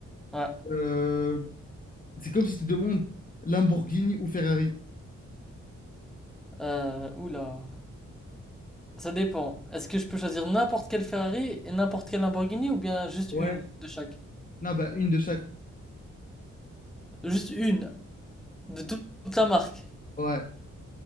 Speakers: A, in the centre; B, on the left.
A: Ouais.
B: Euh, c'est comme si tu demandes Lamborghini ou Ferrari.
A: Euh, oula. Ça dépend. Est-ce que je peux choisir n'importe quelle Ferrari et n'importe quelle Lamborghini ou bien juste
B: Ouais.
A: une de chaque?
B: Non, bah, une de chaque.
A: Juste une de tout- toute la marque
B: Ouais.